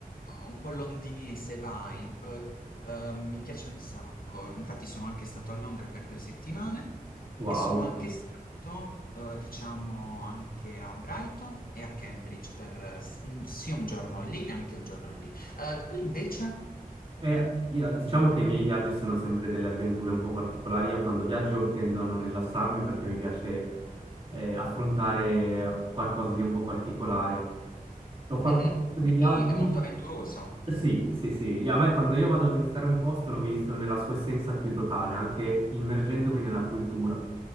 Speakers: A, on the left; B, on the right.
A: un po' londinese vibe. Eh, mi piace un sacco, infatti sono anche stato a Londra per due settimane
B: Wow,
A: e sono anche stato, eh, diciamo, anche a Brighton e a Cambridge per eh, s- sia un giorno lì e anche un giorno lì. Eh, qui invece,
B: Eh, io- diciamo che i miei viaggi sono sempre delle avventure un po' particolari. Io quando viaggio tendo a non rilassarmi perché mi piace eh, affrontare qualcosa di un po' particolare. Ho fatto
A: mhm,
B: un sacco di viaggi.
A: qui è molto avventuroso.
B: Sì, sì, sì. Io- A me quando io vado a visitare un posto lo visito nella sua essenza più totale, anche immergendomi nella cultura.